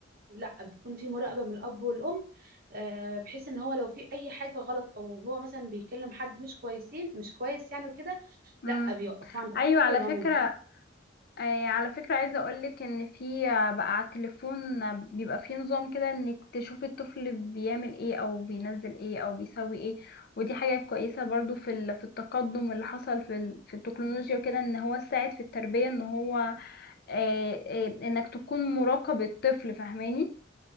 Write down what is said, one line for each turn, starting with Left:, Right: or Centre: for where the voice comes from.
Right: لا بيكون في مراقبه من الاب والام آه بحيث ان هو لو في اي حاجه غلط او هو مثلا بيكلم حد مش كويسين مش كويس يعني وكده
Left: امم
Right: لا بيوقفوه عند حد
Left: ايوه على
Right: ولو
Left: فكره
Right: ما ينفعش
Left: آه، على فكره عايزه اقولك ان في آه، بقى على التليفون آه، بيبقى في نظام كده انك تشوفي الطفل بيعمل ايه او بينزل ايه او بيسوي ايه ودي حاجه كويسه برضو في ال- في التقدم اللي حصل في ال- في التكنولوجيا وكده ان هو ساعد في التربيه ان هو آه، آه، انك تكون مراقب الطفل فاهماني